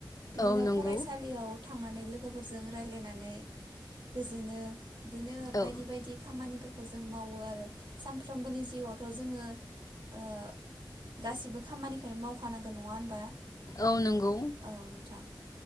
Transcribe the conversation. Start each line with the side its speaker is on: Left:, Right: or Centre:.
Right: बिदिनो
Left: औ नंगौ
Right: फरायसालियाव थांनानै लोगोफोरजों रायज्लायनानै गोजोनो बिदिनो
Left: औ
Right: बायदि बायदि खामानिफोरखौ जों मावो आरो सानफ्रोबोनि जिउ थ' जोङो ओ गासिबो खामानिखौ मावखानांगोन नङा होनबा?
Left: औ नंगौ।
Right: औ नोंथां